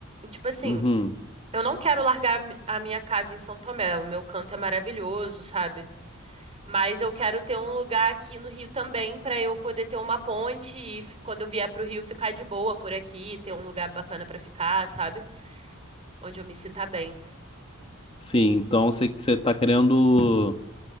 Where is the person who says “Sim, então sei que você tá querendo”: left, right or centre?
Left